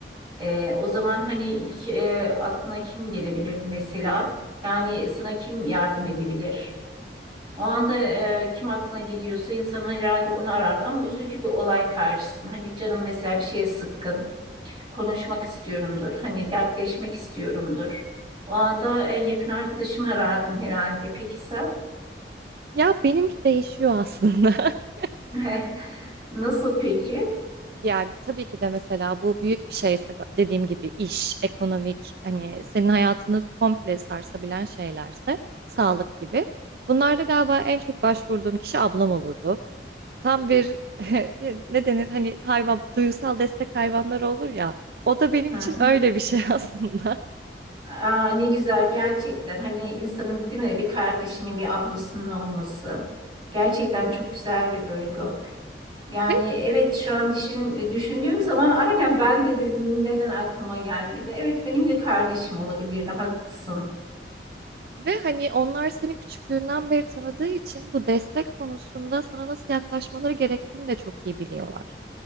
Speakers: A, on the right; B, on the right.
A: Ee, o zaman hani ilk e, aklına kim gelebilirdi mesela? Yani sana kim yardım edebilir? O anda e, kim aklına geliyorsa insan herhalde onu arardı ama üzücü bir olay karşısında. Hani canım mesela bir şeye sıkkın, konuşmak istiyorumdur, hani dertleşmek istiyorumdur. O anda en yakın arkadaşımı arardım herhalde. Peki sen?
B: Ya benimki değişiyor aslında. <laughs>
A: <laughs> Nasıl peki?
B: Yani tabii ki de mesela bu büyük bir şeyse dediğim gibi iş, ekonomik hani senin hayatını komple sarsabilen şeylerse sağlık gibi. Bunlarda galiba en çok başvurduğum kişi ablam olurdu. Tam bir <laughs> ne denir hani hayvan duygusal destek hayvanları olur ya o da benim
A: Hı
B: için
A: hı.
B: öyle bir şey <laughs> aslında.
A: Aa, ne güzel gerçekten hani insanın değil mi bir kardeşinin bir ablasının olması gerçekten
B: Evet.
A: çok güzel bir duygu. Yani
B: Ve
A: evet şu an düşün, düşündüğüm zaman aynen ben de dedim neden aklıma gelmedi. Evet benim de kardeşim olabilirdi haklısın.
B: ve hani onlar seni küçüklüğünden beri tanıdığı için bu destek konusunda sana nasıl yaklaşmaları gerektiğini de çok iyi biliyorlar.